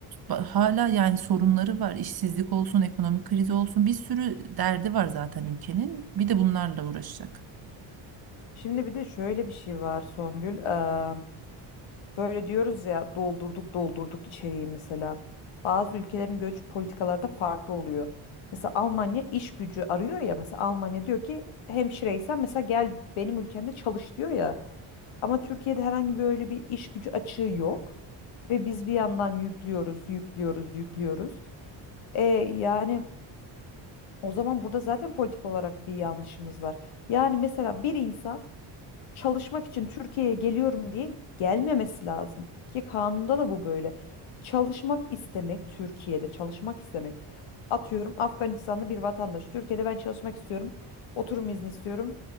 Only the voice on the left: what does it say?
Şimdi bir de şöyle bir şey var Songül. Eee, böyle diyoruz ya doldurduk doldurduk içeriği mesela. Bazı ülkelerin göç politikaları da farklı oluyor. Mesela Almanya iş gücü arıyor ya mesela Almanya diyor ki hemşireysen mesela gel benim ülkemde çalış diyor ya. Ama Türkiye'de herhangi bir öyle bir iş gücü açığı yok. Ve biz bir yandan yüklüyoruz, yüklüyoruz, yüklüyoruz. E, yani o zaman burada zaten politik olarak bir yanlışımız var. Yani mesela bir insan çalışmak için Türkiye'ye geliyorum diye gelmemesi lazım. Ki kanunda da bu böyle. Çalışmak istemek, Türkiye'de çalışmak istemek. Atıyorum Afganistanlı bir vatandaş. Türkiye'de ben çalışmak istiyorum, oturum izni istiyorum